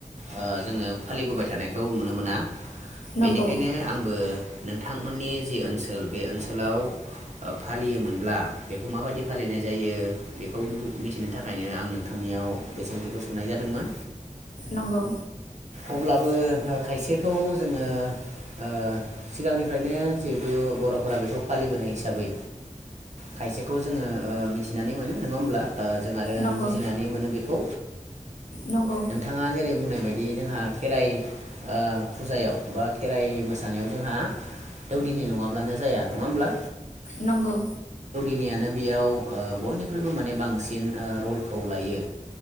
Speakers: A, on the right; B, on the left.
A: ओ जोङो फालिबोबाय थानायखौ नुनो मोना बेनिखायनो
B: नंगौ
A: आंबो नोंथांमोननि जि ओनसोल बे ओनसोलाव फालियोमोनब्ला बेखौ माबायदि फालिनाय जायो बेखौ बु मिथिनो थाखायनो आं नोंथांनियाव बे सोंथिखौ सोंनाय जादोंमोन।
B: नंगौ
A: अब्लाबो खायसेखौ जोङो ओ सिगांनिफ्रायनो जिहेथु बरफोरा बेखौ फालिबोनाय हिसाबै खायसेखौ जोङो ओ मिथिनानै मोनो नङा होमब्ला ओ जों आरो
B: नंगौ
A: बुजिनानै मोनो बेखौ
B: नंगौ
A: नोंथाङा जेरै बुंनाय बाय बि जोंहा खेराइ ओ फुजायाव बा खेराइ मोसानायाव जोंहा दौदिनि नङाब्लानो जाया नङा होमब्ला?
B: नंगौ।
A: नियानो बेयाव ओ बयनिख्रुइबो माने बांसिन ओ रलखौ लायो